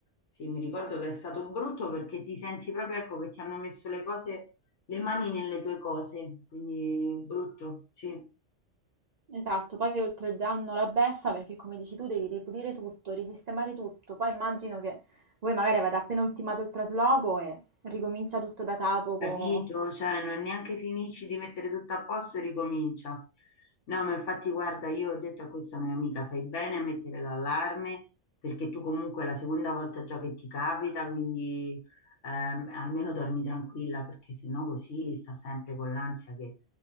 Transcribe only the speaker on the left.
Sì, mi ricordo che è stato brutto perché ti senti proprio, ecco, che ti hanno messo le cose le mani nelle tue cose, quindi brutto, sì,
capito,
cioè non neanche finisci di mettere tutto a posto e ricomincia. No, ma infatti guarda, io ho detto a questa mia amica, fai bene a mettere l'allarme perché tu comunque è la seconda volta già che ti capita, quindi ehm, almeno dormi tranquilla perché sennò così sta sempre con l'ansia che